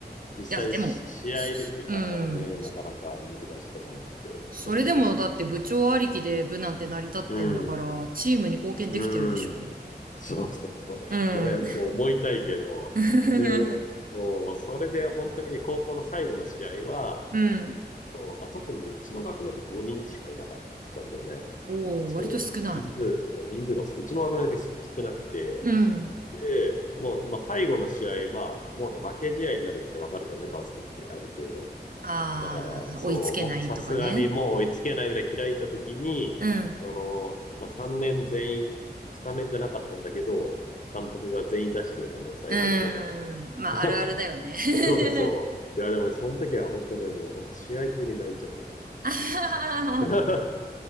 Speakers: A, on the left (about 45°); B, on the right (about 55°).
A: 実際し試合出てからがね、
B: いや、でも、すうん。
A: なかなか難しいとこもあって、
B: それでもだって部長ありきで部なんて成り立ってんだから、
A: そう。うん。
B: チームに貢献できてるでしょ
A: うん。そうそうそう。
B: うん。
A: ね、ちょっと思いたいけど。
B: <laughs>
A: で、そう、それで本当にね、高校の最後の試合は、
B: うん。
A: そうあ、特にね、うちの学年で5人しかいなかったんだよね。
B: おお、
A: そう。
B: 割と少な
A: 人数、そう、人数がす、うちの学年だけす少なくて、
B: い。うん。
A: で、もう、まあ、最後の試合、まあ、もうね、負け試合になるってわかるじゃんね、バスケって、ある程度。
B: ああ、
A: だから、そう、
B: 追いつけないとかね。
A: もうさすがにもう追いつけないぐらい開いたときに、
B: うん。
A: その、まあ、3年全員、スタメンじゃなかったんだけど、監督が全員出してくれたんだ、最後の5分とか。
B: うーん。まあ、
A: <laughs>
B: あるあるだよね。<laughs>
A: そうそうそう。いや、でもその時は本当ね、もう本当試合中に泣いちゃってた。
B: あはははは
A: <laughs>